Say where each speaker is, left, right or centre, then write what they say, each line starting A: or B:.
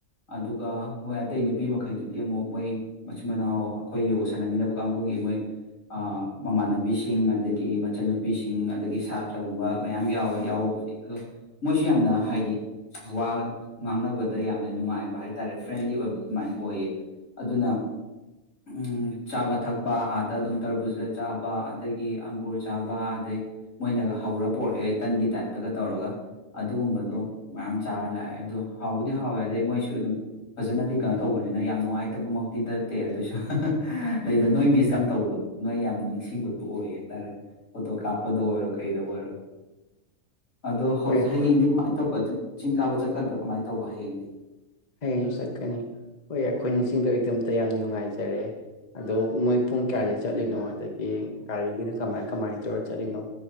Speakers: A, on the left; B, on the left.
A: ꯑꯗꯨꯒ ꯃꯣꯏ ꯑꯇꯩ ꯅꯨꯄꯤ ꯃꯈꯩꯗꯨꯗꯤ ꯑꯃꯨꯛ ꯃꯣꯏ ꯃꯆꯤꯟ ꯃꯅꯥꯎ ꯑꯩꯈꯣꯏ ꯌꯣꯒ ꯁꯥꯟꯅꯃꯤꯟꯅꯕ ꯀꯥꯡꯒꯨꯒꯤ ꯃꯣꯏ ꯃꯃꯥꯟꯅꯕꯤꯁꯤꯡ ꯑꯗꯒꯤ ꯃꯆꯟꯅꯨꯄꯤꯁꯤꯡ ꯑꯗꯒꯤ ꯁꯥꯇ꯭ꯔꯒꯨꯝꯕ ꯃꯌꯥꯝ ꯌꯥꯎꯋꯦ ꯌꯥꯎꯕꯕꯨꯗꯤ ꯑꯗꯣ ꯃꯣꯏꯁꯨ ꯌꯥꯝꯅ ꯍꯥꯏꯗꯤ ꯋꯥ ꯉꯥꯡꯅꯕꯗ ꯌꯥꯝꯅ ꯅꯨꯡꯉꯥꯏꯕ ꯍꯥꯏ ꯇꯥꯔꯦ ꯐ꯭ꯔꯦꯟꯂꯤ ꯑꯣꯏꯕ ꯑꯗꯨꯃꯥꯏꯅ ꯑꯣꯏꯌꯦ ꯑꯗꯨꯅ ꯎꯝ ꯆꯥꯕ ꯊꯛꯄ ꯑꯥꯗ ꯑꯗꯨꯝ ꯇꯔꯕꯨꯖꯥ ꯆꯥꯕ ꯑꯗꯒꯤ ꯑꯪꯒꯨꯔ ꯆꯥꯕ ꯑꯗꯩ ꯃꯣꯏꯅꯒ ꯍꯧꯔ ꯄꯣꯔꯛꯑꯦ ꯇꯟꯒꯤ ꯇꯥꯏꯞꯇꯒ ꯇꯧꯔꯒ ꯑꯗꯨꯒꯨꯝꯕꯗꯣ ꯃꯌꯥꯝ ꯆꯥꯔ ꯂꯥꯛꯑꯦ ꯑꯗꯨꯗꯣ ꯍꯥꯎꯕꯨꯗꯤ ꯍꯥꯎꯋꯦ ꯑꯗꯩ ꯃꯣꯏꯁꯨ ꯑꯗꯨꯝ ꯐꯖꯅꯗꯤ ꯀꯩꯅꯣ ꯇꯧꯕꯅꯤꯅ ꯌꯥꯝ ꯅꯨꯡꯉꯥꯏꯇꯕꯃꯛꯇꯤ ꯅꯠꯇꯦ ꯑꯗꯨꯏꯁꯨ ꯂꯩꯗ ꯅꯣꯏ ꯃꯤꯁ ꯌꯥꯝ ꯇꯧꯕꯗꯣ ꯅꯣꯏ ꯌꯥꯝ ꯅꯤꯡꯁꯤꯡꯕꯗꯣ ꯑꯣꯏ ꯍꯥꯏꯇꯥꯔꯦ ꯐꯣꯇꯣ ꯀꯥꯞꯄꯗ ꯑꯣꯏꯔꯣ ꯀꯩꯗ ꯑꯣꯏꯔꯣ ꯑꯗꯣ ꯍꯧꯖꯤꯛ
B: ꯍꯣꯏ ꯑꯩꯈꯣꯏ
A: ꯍꯌꯦꯡꯗꯤ ꯀꯃꯥꯏꯅ ꯇꯧꯕ ꯑꯗꯨ ꯆꯤꯡ ꯀꯥꯕ ꯆꯛꯀꯗ꯭ꯔꯥ ꯀꯃꯥꯏꯅ ꯇꯧꯕ ꯍꯌꯦꯡꯗꯤ
B: ꯍꯌꯦꯡ ꯆꯠꯀꯅꯤ ꯍꯣꯏ ꯑꯩꯈꯣꯏ ꯅꯤꯡꯁꯤꯡꯕꯒꯤꯗꯃꯇ ꯌꯥꯝ ꯅꯨꯡꯉꯥꯏꯖꯔꯦ ꯑꯗꯣ ꯃꯣꯏ ꯄꯨꯡ ꯀꯌꯥꯗꯒꯤ ꯆꯠꯂꯤꯅꯣ ꯑꯗꯒꯤ ꯒꯥꯔꯤꯒꯤꯅ ꯀꯃꯥꯏ ꯀꯃꯥꯏꯅ ꯇꯧꯔ ꯆꯠꯂꯤꯅꯣ